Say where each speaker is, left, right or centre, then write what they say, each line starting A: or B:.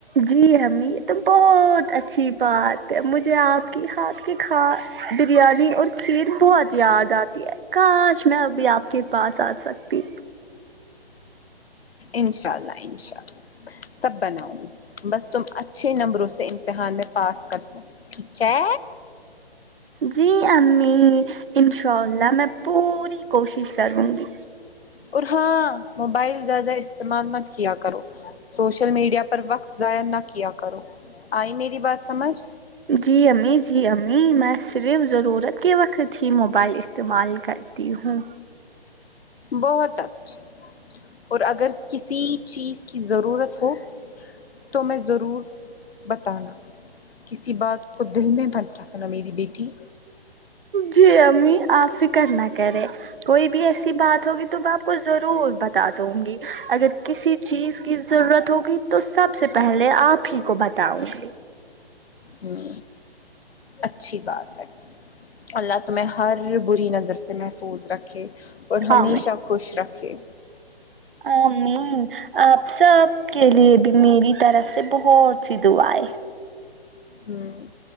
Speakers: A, on the right; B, on the left.
A: جی امی یہ تو بہت اچھی بات ہے مجھے آپ کی ہاتھ کی کھا بریانی اور کھیر بہت یاد آتی ہے کاش میں ابھی آپ کے پاس آ سکتی
B: انشاء اللہ انشاء اللہ سب بناؤں بس تم اچھے نمبروں سے امتحان میں پاس کر دو ٹھیک ہے
A: جی امی انشاء اللہ میں پوری کوشش کروں گی
B: اور ہاں موبائل زیادہ استعمال مت کیا کرو سوشل میڈیا پر وقت ضایع نہ کیا کرو آئی میری بات سمجھ
A: جی امی جی امی میں صرف ضرورت کے وقت ہی موبائل استعمال کر تی ہوں
B: بہت اچھا اور اگر کسی چیز کی ضرورت ہو تمہیں ضرور بتانا کسی بات کو دل میں بند رکھنا میری بیٹی
A: جی امی آپ فکر نہ کریں کوئی بھی ایسی بات ہوگی تو میں آپ کو ضرور بتا دوں گی اگر کسی چیز کی ضرورت ہوگی تو سب سے پہلے آپ ہی کو بتاؤں گی
B: امم اچھی بات ہے اللہ تمہیں ہر بری نظر سے محفوظ رکھے اور
A: ہاں
B: ہمیشہ خوش رکھے
A: آ مین آپ سب کے لیے بھی میری طرف سے بہت سی دعا ہے
B: امم